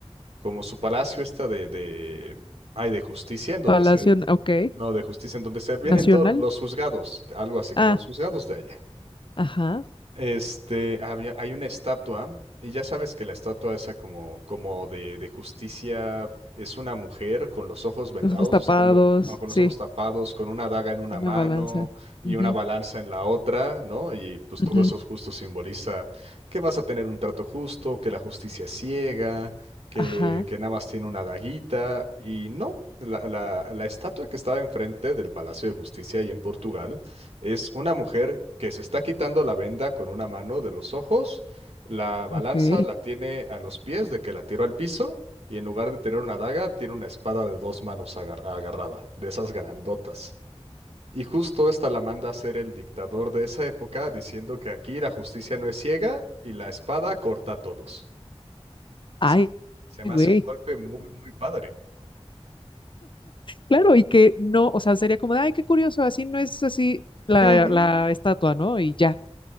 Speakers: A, on the right (about 75°); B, on the left (about 50°).
A: como su palacio está de, de, ay, de justicia, en donde
B: Palacio,
A: se,
B: ok,
A: no, de justicia, en donde se vienen
B: Nacional.
A: todos los juzgados, algo así como
B: Ah,
A: los juzgados de allá.
B: ajá.
A: Este, había, hay una estatua, y ya sabes que la estatua esa como, como de, de justicia es una mujer con los ojos vendados,
B: Los ojos tapados,
A: o sea, lo- o con
B: sí,
A: los ojos tapados, con una daga en una
B: una
A: mano
B: balanza.
A: y
B: Ujú,
A: una balanza en la otra, ¿no? Y pues todo
B: ujú,
A: eso justo simboliza que vas a tener un trato justo, que la justicia es ciega, que,
B: Ajá,
A: que nada más tiene una daguita, y no, la, la la estatua que estaba enfrente del Palacio de Justicia ahí en Portugal es una mujer que se está quitando la venda con una mano de los ojos, la balanza
B: ok.
A: la tiene a los pies de que la tiró al piso y en lugar de tener una daga tiene una espada de dos manos agar- agarrada, de esas grandotas. Y justo esta la manda a ser el dictador de esa época diciendo que aquí la justicia no es ciega y la espada corta a todos. Y
B: Ay,
A: sí, se
B: güey.
A: me hace un golpe muy, muy padre.
B: Claro, y que no, o sea, sería como de, ay, qué curioso, así no es así la,
A: Ujú.
B: la estatua, ¿no? Y ya,